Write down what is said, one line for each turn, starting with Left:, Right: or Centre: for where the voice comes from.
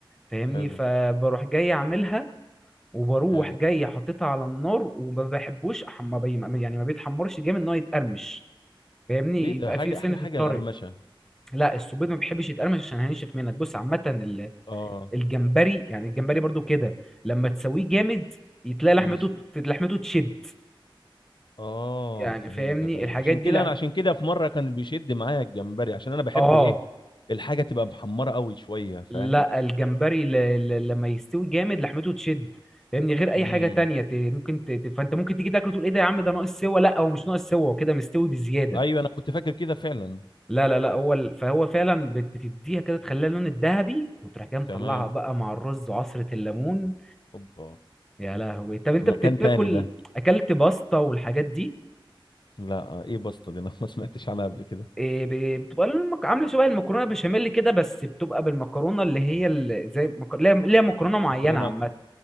Centre: فاهمني
Left: حلو
Centre: فبروح جاي اعملها وبروح
Left: حلو
Centre: جاي حاططها على النار وما بحبوش أح- ما بي... ما- يعني ما بيتحمرش جامد ان هو يتقرمش فاهمني
Left: ليه ده
Centre: يبقى
Left: حاجه
Centre: فيه سنه
Left: احلى حاجه
Centre: الطري
Left: القرمشه
Centre: لا السبيط ما بيحبش يتقرمش عشان هينشف منك بص عامه
Left: اه
Centre: الجمبري يعني الجمبري برضو كده لما تسويه جامد يتلاقي لحمته
Left: يس...
Centre: لحمته تشد
Left: اه
Centre: يعني
Left: فهمتك
Centre: فاهمني
Left: ايوه
Centre: الحاجات
Left: عشان
Centre: دي
Left: كده
Centre: لحم...
Left: انا عشان كده في مره كان بيشد معايا الجمبري عشان انا بحب
Centre: اه
Left: ايه الحاجه تبقى محمره قوي شويه فاهم
Centre: لا الجمبري ل... ل... لما يستوي جامد لحمته تشد فاهمني غير اي
Left: امم
Centre: حاجه تانية ت... ممكن ت... ت- فانت ممكن تيجي تاكله تقول ايه ده يا عم ده ناقص سوا لا هو مش ناقص سوا هو كده مستوي بزياده
Left: ايوه انا كنت فاكر كده فعلا
Centre: لا لا لا هو ال... فهو فعلا بت... بتديها كده تخليها اللون الذهبي وتروح جاي مطلعها
Left: تمام
Centre: بقى مع الرز وعصره الليمون
Left: اوبا
Centre: يا لهوي طب انت
Left: في مكان
Centre: بت- بتاكل
Left: تاني ده
Centre: اكلت باستا والحاجات دي
Left: لا آه، ايه بسطه دي <laughs> انا ما سمعتش عنها قبل كده
Centre: إيه، ب- بتبقى المك- عامله شبه المكرونه بشاميل كده بس بتبقى بالمكرونه اللي هي ال- زي مك- اللي هي اللي هي مكرونه معينه
Left: مكرونه
Centre: عامه